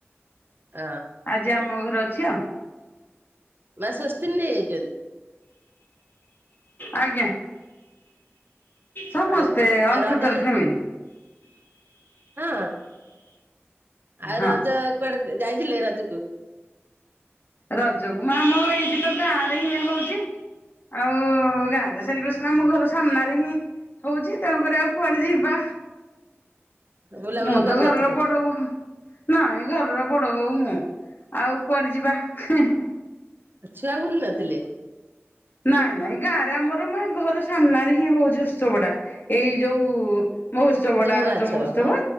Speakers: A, on the right; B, on the left.
A: ହଁ
B: ଆଜି ଆମ ଘର ଅଛ
A: ମା ଶ ଅସ୍ନଯଇଛନ୍ତି
B: ଆଜ୍ଞା ସମସ୍ତେ
A: ଆଉ କଣ
B: ଅଲ
A: ଆଉ ରଜରେ
B: ଟଟାଲ ଫାମି ହ
A: ହଁ। ଆଉ
B: ହଁ
A: ରଜ କୁଆଡେ ଯାଇଥିଲେ ରଜୁକୁ।
B: ରଜକୁୁ ମା ଆମ ଏଇଠି ତ ଗାଁ ରେ ହିଁ ହଉଛି ଆଉ ଗାଁରେ ସେଲିବ୍ରେସନ ଆମ ଘର ସାମ୍ନାରେ ହିଁ ହଉଛି ତେଣୁକରି ଆଉ କୁଆଡେ ଯିବା
A: ବୁଲାବୁଲି
B: ମୁଁ ତ
A: କରିନଥିଲେ
B: ଘରର ବଡ ବୋ ନାହିଁ ଘରର ବଡ ବୋହୂ ମୁଁ ଆଉ କୁଆଡେ ଯିବା। ହେଁ ହେଁ।
A: ଛୁଆ ବୁଲ୍ ନଥିଲେ।
B: ନାଇଁ ନାଇଁ ଗାଁ ରେ ଆମର ଘର ସାମ୍ନାରେ ହିଁ ହଉଛି ଉତ୍ସବଟା ଏଇ ଯୋଉ ମହୋତ୍ସବଟା
A: ମୁଆଁ
B: ରଜ
A: ଛଅ
B: ମହୋତ୍ସବ
A: ହଁ